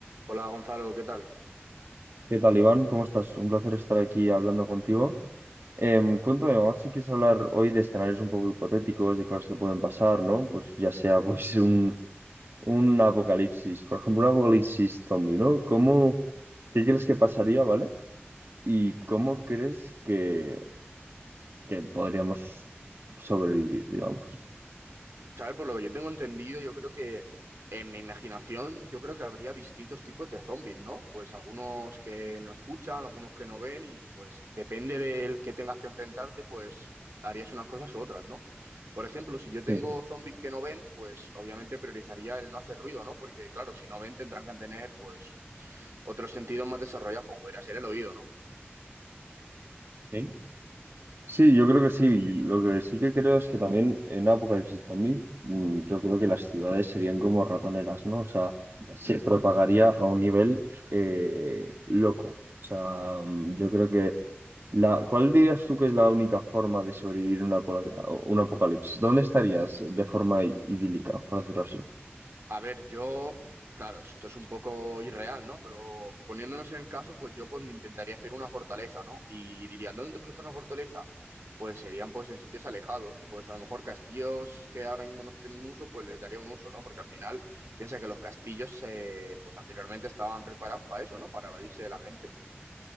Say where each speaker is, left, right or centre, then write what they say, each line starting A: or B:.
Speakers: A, on the right; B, on the right.
A: Hola Gonzalo, ¿qué tal?
B: ¿Qué tal, Iván? ¿Cómo estás? Un placer estar aquí hablando contigo. Em, cuéntame, vamos si quieres hablar hoy de escenarios un poco hipotéticos, de cosas que pueden pasar, ¿no? Pues ya sea pues un, un apocalipsis, por ejemplo, un apocalipsis zombie, ¿no? ¿Cómo, qué crees que pasaría, ¿vale? ¿Y cómo crees que, que podríamos sobrevivir, digamos?
A: ¿Sabes? Por lo que yo tengo entendido, yo creo que en mi imaginación, yo creo que habría distintos tipos de zombies, ¿no? Pues algunos que no escuchan, algunos que no ven y pues depende del que tengas que enfrentarte, pues harías unas cosas u otras, ¿no? Por ejemplo, si yo tengo
B: Sí.
A: zombies que no ven, pues obviamente priorizaría el no hacer ruido, ¿no? Porque claro, si no ven tendrán que tener pues otros sentidos más desarrollados, como podría ser el oído, ¿no?
B: ¿Sí? Sí, yo creo que sí. Y Lo que sí que creo es que también en Apocalipsis Zombie, mm, yo creo que las ciudades serían como ratoneras, ¿no? O sea, se propagaría a un nivel eh, loco. O sea, mm, yo creo que la, ¿cuál dirías tú que es la única forma de sobrevivir una, apo- un apocalipsis? ¿Dónde estarías de forma i- idílica, por decirlo así?
A: A ver, yo, claro, esto es un poco irreal, ¿no? Pero poniéndonos en el caso, pues yo pues me intentaría hacer una fortaleza, ¿no? Y diría, ¿dónde te puedes hacer una fortaleza? Pues serían pues en sitios alejados, pues a lo mejor castillos que ahora mismo no estén en uso, pues les daría un uso, ¿no? Porque al final piensa que los castillos eh, pues anteriormente estaban preparados para eso, ¿no? Para evadirse de la gente.